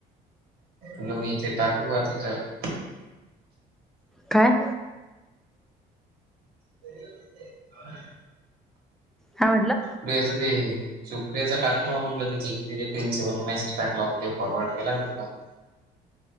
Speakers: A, on the right; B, in the centre.
A: मग मी इथे, टाकू का गं तिथ.
B: काय.
A: <unintelligible>
B: काय म्हंटला.
A: प्रियाच ते, सुप्रिया च टाकू का म्हणलं, जे ते प्रि्सिपल न मेसेजाला होता ते फॉरवर्ड केला का मी तुला.